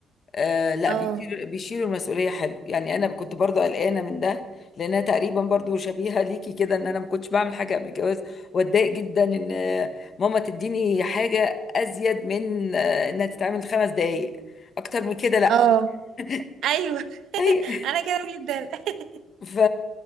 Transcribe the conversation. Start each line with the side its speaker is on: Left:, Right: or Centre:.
Left: آه لا
Right: اه
Left: بيشيلوا بيشيلوا المسؤوليه حلو يعني انا كنت برضو قلقانه من ده لانها تقريبا برضو شبيهه ليكي كده ان انا ما كنتش بعمل حاجه قبل الجواز واتضايق جدا ان آه، ماما تديني حاجه ازيد من آه، انها تتعمل خمس دقائق اكتر من كده لا
Right: اه
Left: <laughs>
Right: ايوه <laughs>
Left: اي
Right: انا كده جدا <laughs>
Left: ف